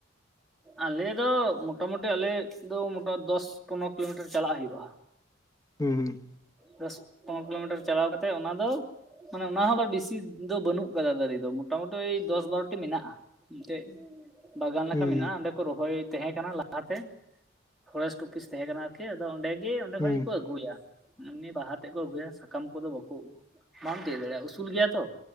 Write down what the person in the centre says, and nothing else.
ᱟᱞᱮ ᱫᱚ ᱢᱚᱴᱟ ᱢᱩᱴᱤ ᱟᱞᱮ ᱫᱚ ᱢᱚᱴᱟ ᱫᱚᱥ ᱯᱚᱱᱨᱚ ᱠᱤᱞᱳᱢᱤᱴᱟᱨ ᱪᱟᱞᱟᱜ ᱦᱩᱭᱩᱜᱼᱟ᱾
ᱫᱚᱥ ᱯᱚᱱᱨᱚ ᱠᱤᱞᱳᱢᱤᱴᱟᱨ ᱪᱟᱞᱟᱣ ᱠᱟᱛᱮᱫ ᱚᱱᱟ ᱫᱚ ᱢᱟᱱᱮ ᱚᱱᱟ ᱦᱚᱸ ᱵᱤᱥᱤ ᱫᱚ ᱵᱟᱹᱱᱩᱜ ᱠᱟᱫᱟ ᱫᱟᱨᱮ ᱫᱚ ᱢᱚᱴᱟ ᱢᱩᱴᱤ ᱫᱚᱥ ᱵᱟᱨᱚᱴᱤ ᱢᱮᱱᱟᱜᱼᱟ᱾ ᱢᱤᱜᱴᱮᱡ ᱵᱟᱜᱟᱱ ᱞᱮᱠᱟ
ᱢᱮᱱᱟᱜᱼᱟ ᱚᱸᱰᱮᱠᱩ ᱨᱚᱦᱚᱭ ᱛᱟᱦᱮᱸ ᱠᱟᱱᱟ ᱞᱟᱦᱟᱛᱮ ᱯᱷᱚᱨᱮᱥᱴ ᱚᱯᱷᱤᱥ ᱛᱟᱦᱮᱸ ᱠᱟᱱᱟ᱾ ᱠᱮ ᱟᱫᱚ ᱚᱸᱰᱮ ᱜᱮ ᱚᱸᱰᱮ
ᱠᱷᱚᱡ ᱜᱮ ᱠᱚ ᱟᱹᱜᱩᱭᱟ ᱮᱢᱱᱤ ᱵᱟᱦᱟ ᱛᱮᱫ ᱠᱚ ᱟᱹᱜᱩᱭᱟ ᱥᱟᱠᱟᱢ ᱠᱚᱫᱚ ᱵᱟᱠᱚ ᱵᱟᱢ ᱛᱤᱭᱳ ᱫᱟᱲᱮᱭᱟᱜᱼᱟ ᱩᱥᱩᱞ ᱜᱮᱭᱟ ᱛᱚ,